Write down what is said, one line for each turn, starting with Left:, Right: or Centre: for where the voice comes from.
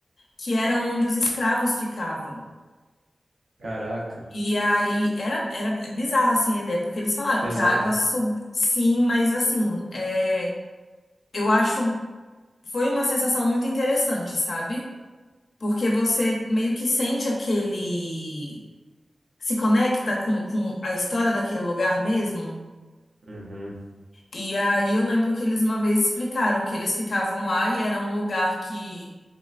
Left: que eram onde os escravos ficavam.
Right: Caraca,
Left: E aí era, era bizarro assim a ideia, porque eles falaram
Right: pesado.
Left: que a água sub... sim, mas assim, é, eu acho foi uma sensação muito interessante, sabe? Porque você meio que sente aquele. Se conecta com, com a história daquele lugar mesmo.
Right: Uhum.
Left: E aí eu lembro que eles uma vez explicaram que eles ficavam lá e era um lugar que